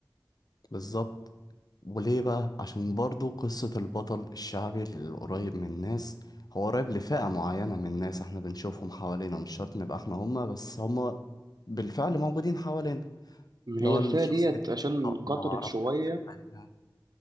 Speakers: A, on the left (about 60°); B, on the right (about 60°).
A: بالظبط وليه بقى عشان برضو قصة البطل الشعبي القريب من الناس هو قريب لفئة معينة من الناس احنا بنشوفهم حوالينا مش شرط نبقى احنا هما بس هما بالفعل موجودين حوالينا
B: إن
A: اللي
B: هي
A: هو
B: الفئه
A: الشخصية
B: ديت عشان
A: اللي
B: كترت
A: معرفش
B: شويه
A: فيها حاجة